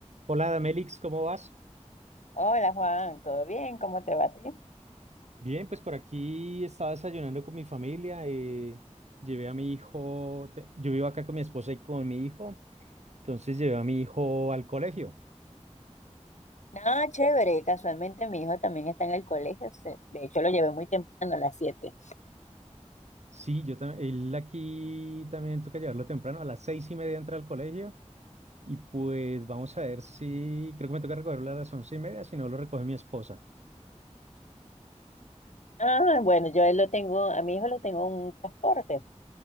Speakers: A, on the right (about 65°); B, on the left (about 75°).
A: Hola, Melix, ¿cómo vas?
B: Hola Juan, ¿todo bien? ¿Cómo te va a ti?
A: Bien, pues por aquí estaba desayunando con mi familia. eh, llevé a mi hijo, te- yo vivo acá con mi esposa y con mi hijo, entonces llevé a mi hijo al colegio.
B: Nada, chévere. Casualmente mi hijo también está en el colegio. se- De hecho, lo llevé muy temprano, a las siete.
A: Sí, yo también, él aquí también toca llevarlo temprano, a las seis y media entra al colegio y pues vamos a ver si, creo que me toca recogerlo a las once y media, si no lo recoge mi esposa.
B: Ah, bueno, yo a él lo tengo, a mi hijo lo tengo en un transporte.